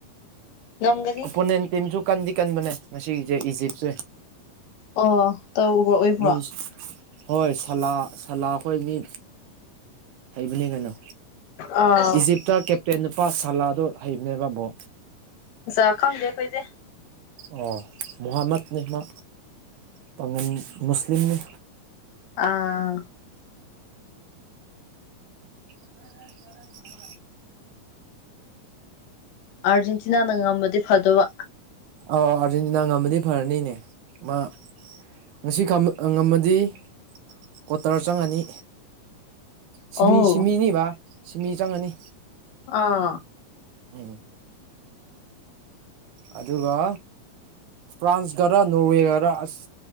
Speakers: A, on the left; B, on the right.
A: ꯉꯝꯒꯅꯤ
B: ꯑꯣꯄꯣꯅꯦꯟ ꯇꯤꯝꯁꯨ ꯀꯟꯗꯤ ꯀꯟꯕꯅꯦ ꯉꯁꯤꯁꯦ ꯏꯖꯤꯞꯁꯦ
A: ꯑꯣ ꯇꯧꯕ꯭ꯔ ꯑꯣꯏꯕ꯭ꯔꯣ
B: ꯃꯤ ꯍꯣꯏ ꯁꯂꯥ ꯁꯂꯥꯈꯣꯏ ꯃꯤ ꯍꯩꯕꯅꯤ ꯀꯩꯅꯣ
A: ꯑꯥ
B: ꯏꯖꯤꯞꯇ ꯀꯦꯞꯇꯦꯟ ꯅꯨꯄꯥ ꯁꯥꯂꯥꯗꯣ ꯍꯩꯕꯅꯦꯕꯕꯣ
A: ꯆ ꯈꯪꯗꯦꯈꯣꯏꯗꯦ
B: ꯑꯣ ꯃꯣꯍꯥꯃꯠꯅꯤ ꯃꯥ ꯄꯥꯒꯟ ꯃꯨꯁꯂꯤꯝꯅꯤ
A: ꯑꯥ
B: ꯑ
A: ꯑꯥꯔꯖꯦꯟꯇꯤꯅꯥꯅ ꯉꯃꯗꯤ ꯐꯗꯕ
B: ꯑ ꯑꯥꯔꯖꯦꯟꯇꯤꯅꯥ ꯉꯝꯃꯗꯤ ꯐꯔꯅꯤꯅꯦ ꯃꯥ ꯉꯁꯤ ꯉꯝꯃꯗꯤ ꯀ꯭ꯋꯥꯇꯔ ꯆꯪꯉꯅꯤ ꯁꯤꯃꯤ
A: ꯑꯣ
B: ꯁꯤꯃꯤ ꯅꯤ ꯕ ꯁꯤꯃꯤ ꯆꯪꯉꯅꯤ
A: ꯑꯥ
B: ꯎꯝ ꯑꯗꯨꯒ ꯐ꯭ꯔꯥꯟꯁ ꯈꯔ ꯅꯣꯔꯋꯦꯒꯔ ꯑꯁ